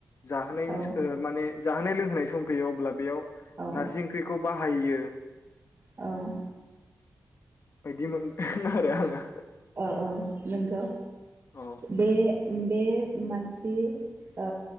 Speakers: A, on the left (about 50°); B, on the right (about 45°).
A: जाहोनायनि
B: औ
A: ओ माने जाहोनाय लोंहोनाय सम फैयो अब्ला बेयाव
B: औ
A: नारजि ओंख्रिखौ बाहायो।
B: औ
A: बायदि मोनदों आरो आङो।
B: औ औ नंगौ
A: औ
B: बे-बे मानसि ओ